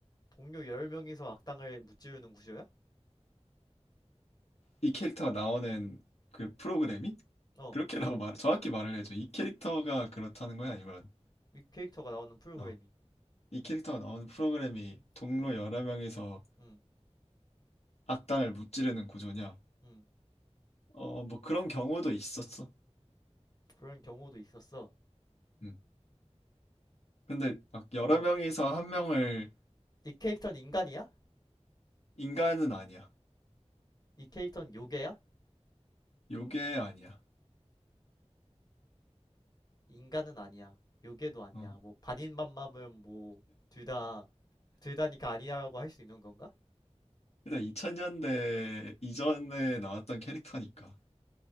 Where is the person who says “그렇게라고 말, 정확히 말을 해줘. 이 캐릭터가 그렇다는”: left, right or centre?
Left